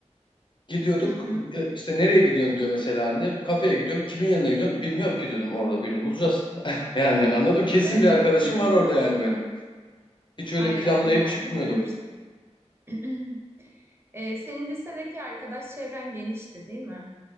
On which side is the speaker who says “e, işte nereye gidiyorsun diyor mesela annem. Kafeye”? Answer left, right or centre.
Left